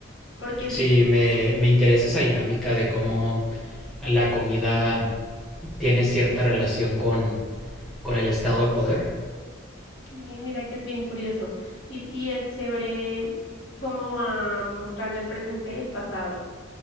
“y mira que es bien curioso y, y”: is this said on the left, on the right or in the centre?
Left